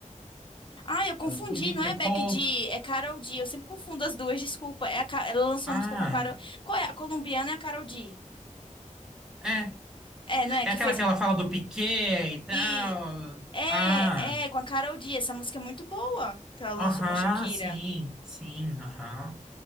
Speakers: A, on the left; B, in the centre.
A: Ah, eu confundi,
B: tem a Nick
A: não é
B: Nicole.
A: Becky G, é Karol G. Eu sempre confundo as duas, desculpa. É a, Ca- ela lançou
B: Ah,
A: uma música com a Karol. Qual é? A colombiana é a Karol G.
B: é.
A: É, não é?
B: É
A: Que
B: aquela
A: fez.
B: que ela fala do Piquet e tal.
A: E. É,
B: Ah.
A: é, com a Karol G. Essa música é muito boa que ela lançou
B: Aham,
A: com a Shakira.
B: sim, sim, aham.